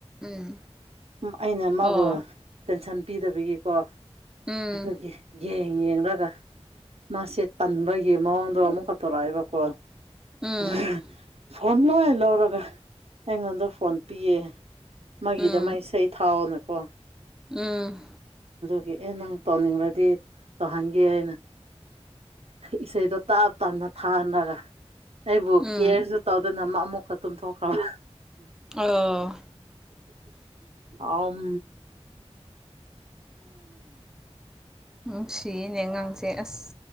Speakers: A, in the centre; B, on the right (about 65°).
A: ꯎꯝ
B: ꯎꯝ ꯑꯩꯅ ꯃꯥꯕꯨ
A: ꯑꯣ
B: ꯇꯦꯟꯁꯟ ꯄꯤꯗꯕꯒꯤꯀꯣ
A: ꯎꯝ
B: ꯑꯗꯨꯒꯤ ꯌꯦꯡ ꯌꯦꯡꯔꯒ ꯃꯥꯁꯦ ꯇꯟꯕꯒꯤ ꯃꯑꯣꯡꯗꯣ ꯑꯃꯨꯛꯀ ꯇꯧꯔꯛꯑꯦꯕꯀꯣ
A: ꯎꯝ
B: <unintelligible> ꯐꯣꯟ ꯂꯣꯏ ꯂꯧꯔꯒ ꯑꯩꯉꯣꯟꯗ ꯐꯣꯟ ꯄꯤꯌꯦ꯫ ꯃꯥꯒꯤꯗ
A: ꯎꯝ
B: ꯃꯛ ꯏꯁꯩ ꯊꯥꯎꯅꯀꯣ
A: ꯎꯝ
B: ꯑꯦꯑꯦ ꯅꯪ ꯇꯧꯅꯤꯡꯔꯗꯤ ꯇꯧꯍꯟꯒꯦ ꯍꯥꯏꯅ ꯏꯁꯩꯗꯣ ꯇꯥꯞ ꯇꯥꯞꯅ ꯊꯥꯍꯟꯔꯒ ꯑꯩꯕꯨ
A: ꯎꯝ
B: ꯀꯦꯌꯔꯁꯨ ꯇꯧꯗꯅ ꯑꯃꯛ ꯑꯃꯨꯛꯀ ꯇꯨꯝꯊꯣꯛꯈ꯭ꯔꯕ
A: ꯑꯣ
B: <unintelligible> ꯑꯝ
A: ꯅꯨꯡꯁꯤꯌꯦꯅꯦ ꯑꯉꯥꯡ ꯁꯦ ꯑꯁ